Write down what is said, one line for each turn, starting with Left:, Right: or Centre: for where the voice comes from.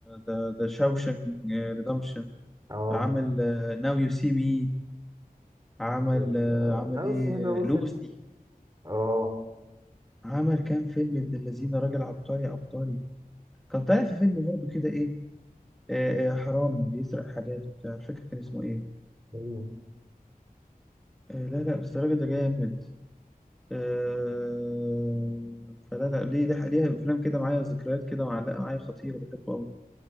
Centre: ده ده شاوشنج ريدمشن
Right: اه
Centre: عمل ناو يو سي مي عمل
Right: ال-
Centre: آه،
Right: آه،
Centre: عمل
Right: النبي
Centre: ايه
Right: السمين ده وصلت
Centre: لوسي
Right: اه
Centre: عمل كام فيلم ابن الذين راجل عبقري عبقري كان طالع في فيلم برضه كده ايه آه، آه، حرامي بيسرق حاجات وبتاع مش فاكر كان اسمه ايه
Right: مم.
Centre: آه، لا لا بس الراجل ده جامد آه، فلا لا ليه ده ليها افلام كده معايا ذكريات كده معلقه معايا خطيره بحبه قوي